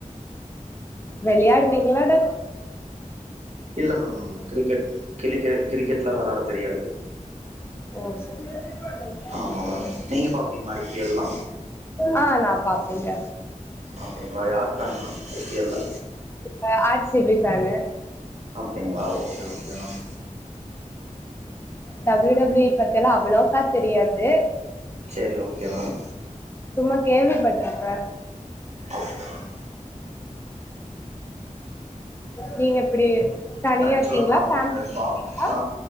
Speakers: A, on the left; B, on the right.
A: வெளயாடுவீங்ளாட
B: இல்ல மேம் கிரிக்கெட் கிளிகெட் கிரிக்கெட் எல்லா வெளயாட தெரியாது
A: ச ஏதுவாக வெச்சு ஆஹ
B: ஆமா நீங்க பாப்பீங்ளா ஐ சபி எல் எல்லா
A: ஆ நா பாப்பேங்க
B: அப்டிங்களா யார் fan ma'am I P L ல
A: நா ஆ சி பி ஃபேன்னு
B: அப்டிங்ளா okay okay ma'am
A: W W பத்தி எல்லாம அவ்ளோக்கா தெரியாது
B: சேரி ஓகே மேம்
A: தும்மா கேள்விப்பட்டிருப்ப
B: ஓகே மேம்
A: நீங்க எப்டி தனியா
B: ஆக்சுவலா
A: இருக்கீங்ளா
B: நா
A: ஃபேமிலியோட
B: ஒரு பாப்
A: இருக்கீங்ளா
B: ஆ